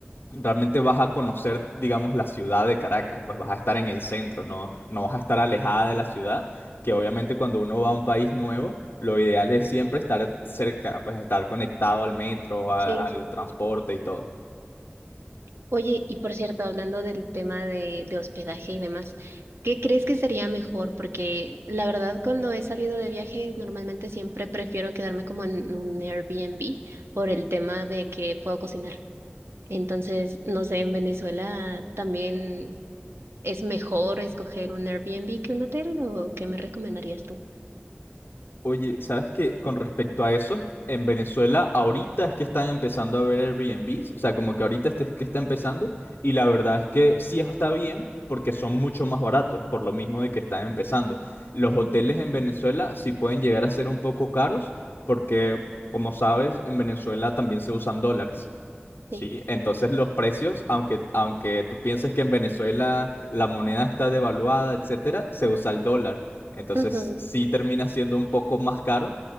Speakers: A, on the left; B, on the right.
A: realmente vas a conocer, digamos, la ciudad de Caracas, pues vas a estar en el centro, no, no vas a estar alejada de la ciudad, que obviamente cuando uno va a un país nuevo, lo ideal es siempre estar cerca, pues estar conectado al metro, a-
B: sí,
A: al
B: sí.
A: transporte y todo.
B: Oye, y por cierto, hablando del tema de, de hospedaje y demás, ¿qué crees que sería mejor? Porque la verdad, cuando he salido de viaje, normalmente siempre prefiero quedarme como en un Airbnb por el tema de que puedo cocinar. Entonces, no sé, en Venezuela también es mejor escoger un Airbnb que un hotel, ¿o qué me recomendarías tú?
A: Oye, ¿sabes qué? Con respecto a eso, en Venezuela ahorita es que están empezando a ver Airbnbs, o sea, como que ahorita este es que está empezando, y la verdad es que sí está bien porque son mucho más baratos, por lo mismo de que están empezando. Los hoteles
B: Ujú.
A: en Venezuela sí pueden llegar a ser un poco caros porque, como sabes, en Venezuela también se usan dólares. Sí,
B: <laughs> Sí.
A: entonces los precios, aunque, aunque tú pienses que en Venezuela la moneda está devaluada, etcétera, se usa el dólar. Entonces
B: Ujú,
A: sí termina siendo un poco más caro,